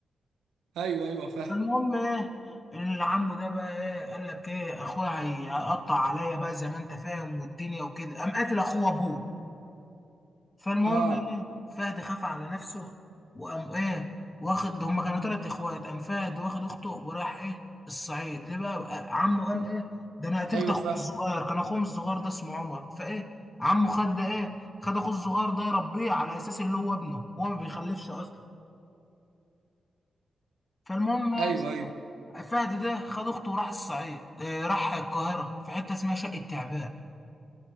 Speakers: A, on the right; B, on the left.
A: ايوه ايوه فهد
B: المهم ايه العم ده بقى ايه قال لك ايه اخويا هيقطع عليا بقى زي ما انت فاهم والدنيا وكده قام قاتل اخوه ابوه فالمهم
A: اه
B: ايه فهد خاف على نفسه وقام ايه واخد هما كانوا تلات اخوات قام فهد واخد اخته وراح ايه الصعيد ليه بقى عمه قال ايه ده انا قتلت
A: ايوه
B: اخوه
A: فهد
B: الصغير كان اخوهم الصغير ده اسمه عمر فايه عمه خد ايه خد اخوه الصغير ده يربيه على اساس اللي هو ابنه هو ما بيخلفش اصلا فالمهم يا
A: ايوه
B: اسطى،
A: ايوه
B: فهد ده خد اخته وراح الصعيد إيه راح القاهره في حته اسمها شقه تعبان